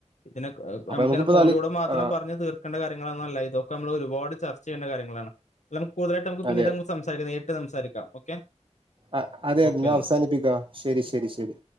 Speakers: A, on the left; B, on the right.
A: ഇതിനെ
B: അപ്പൊ
A: നമുക്കന്നെ
B: നമുക്കിപ്പോ
A: ഫോണിലൂടെ
B: തലി
A: മാത്രം
B: ആ,
A: പറഞ്ഞ് തീർക്കേണ്ട കാര്യങ്ങളൊന്നും അല്ല ഇതോ ക്കെ നമ്മള് ഒരുപാട് ചർച്ച ചെയ്യണ്ട കാര്യങ്ങളാണ് ന കൂടുതലട്ട് നമക്ക് പിന്നീട്
B: അതെ
A: സംസാരിക്കാം നേരിട്ട് സംസാരിക്കാം ഓക്കെ
B: ആ അതെ
A: ഓക്കെ
B: ന്നഅവസാനിപ്പിക്ക
A: എന്നാ
B: ശരി ശരി ശരി